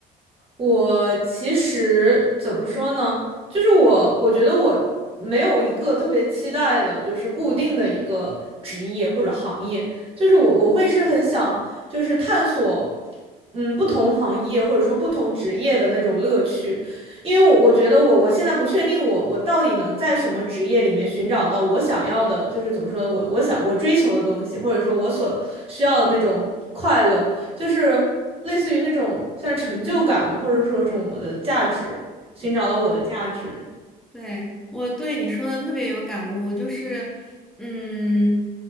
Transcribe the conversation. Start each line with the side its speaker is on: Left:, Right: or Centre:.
Right: 我其实怎么说呢？就是我，我觉得我没有一个特别期待的，就是固定的一个职业或者行业。就是我，我会是很想，就是探索，嗯，不同行业或者说不同职业的那种乐趣。因为我我觉得我我现在不确定我我到底能在什么职业里面寻找到我想要的，就是怎么说呢，我我想我追求的东西，或者说我所需要的那种快乐。就是类似于那种像成就感嘛，或者说这种我的价值，寻找到我的价值。
Centre: 对，我对你说的特别有感悟，就是，嗯，